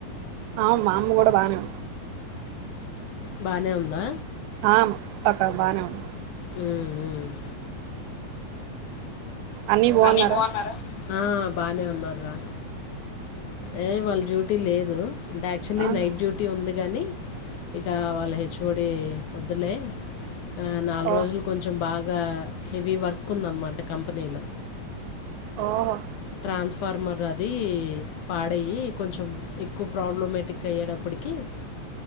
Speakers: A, on the right (about 90°); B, on the left (about 75°).
A: అవు మా అమ్మ కూడా బానేం
B: బానే ఉందా
A: ఆ ఒక బానే ఉంది
B: మ్మ్, మ్మ్.
A: అన్నీ బాగున్నారా
B: అని బా ఆ బానే ఉన్న రా ఏ వాళ్ళ డ్యూటీ లేదుంటే యాక్చువల్లీ
A: ఆహా
B: నైట్ డ్యూటీ ఉంది గనీ ఇహా వాళ్ళ హెచ్ుఓడి వదులే ఆ నాలుగు
A: ఓ
B: రోజులు కొంచెం బా గా హెవీ వర్క్ ఉందన్నమాట కంపెనీలో
A: ఓహో
B: ట్రాన్స్ఫార్మర్ అది పాడ్య కొంచెం ఎక్కువ ప్రాబ్లమటిక్ అయ్యేటప్పుడుకి కి